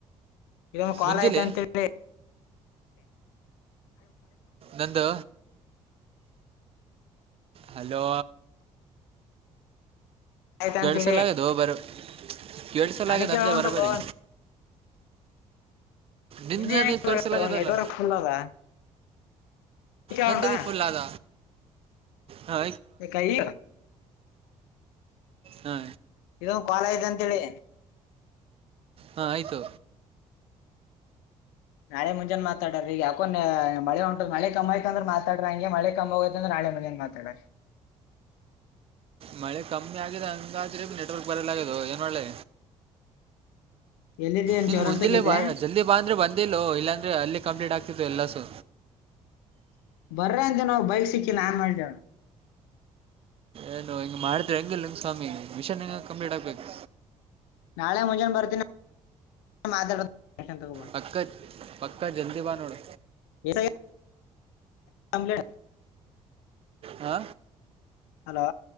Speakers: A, on the left; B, on the right.
A: ಇದೊಂದು ಕಾಲ್
B: ಮುಂಜಾನೆ
A: ಆಯ್ತ ಅಂತೇಳಿ
B: ನಂದು ಹಲೋ
A: ಆಯ್ತು
B: ಕೇಳಿಸಲಾಗದು
A: ಅಂತೇಳಿ
B: ಬರ ಕೇಳಿಸಲಾಗಿದೆ
A: ನನಗೆ
B: ಅಂದೆ
A: ಕೇಳ ಹೊಂಟದ
B: ಬರೋಬರಿೀ ನಿಂದ
A: ನಿನ್ನೆ
B: ನೀ ಕಳ್ಸಲಾಗದಲ್ಲ
A: ನೆಟ್ವರ್ಕ್ ಫುಲ್ ಅದ ಕೇಳೋಣಾ
B: ನ್ದ ಬಿಫುಲಾದ ಹ
A: ಕ ಈ
B: ಹಾ
A: ಇದೊಂದು ಕಾಲ ಐತ ಅಂತ ಹೇಳಿ
B: ಹಾ ಆಯ್ತು
A: ನಾಳ ಮುಂಜಾನೆ ಮಾತಾಡ್ರ ಈಗ ಯಾಕೋ ನ ಮಳೆ ಹೊಂಟದ ಮಳೆ ಕಮ್ಮ ಆಯ್ತ ಅಂದ್ರ ಮಾತಾಡ್ರಿ ಹಂಗೆ ಮಳೆ ಕ ಹೋಗೆ ಅ ನಾಳೆ ಮನೇನ್ ಮಾತಾಡರಿ
B: ಮಳೆ ಕಮ್ಮಿ ಆಗಿದೆ ಹಂಗಾದ್ರೆ ಬಿ ನೆಟ್ವರ್ಕ್ ಬರಲ ಆದು ಏನ್ ಒಳ್ಳೆ
A: ಎಲ್ಲಿದ್ದಿ ಅಂತ
B: ನಿನ್
A: ಚೌರಸ್ತಾಗಿದ್ದೆ
B: ಮುಂಜೆಿಲ್ಲೆ ಬಾ ಜಲ್ದಿ ಬಾಂದ್ರೆ ಬಂದಿಿಲ್ಲೋ ಇಲ್ಲಾಂದ್ರೆ ಅಲ್ಲಿ ಕಂಪ್ಲೀಟ್ ಆಗ್ತಿತ್ತು ಎಲ್ಲಸು
A: ಬರ್ರ ಅಂತ ನಾವು ಬೈಕ್ ಸಿಕ್ಕಿಲ್ಲ ಆಾನ್ ಮಾಡಿದಳ
B: ಏನು ಹಿಂಗ ಮಾಡಿದ್ರೆ ಹೆಂಗಿಲ್ಲ ಹಂಗ ಸ್ವಾಮಿ ಮಿಷನ್ ಹಂಗ ಕಂಪ್ಲೀಟ್ ಆಗ್ಬೇಕು
A: ನಾಳೆ ಮುಂಜಾನೆ ಬರ್ತೀನಿ ಮಾತಾಡ ತಗೋಬೋ
B: ಪಕ್ಕ ಪಕ್ಕ ಜಂದಿ ಬಾನೋಡು
A: ಎ ಅಮಲೆ
B: ಹಾ
A: ಹಲೋ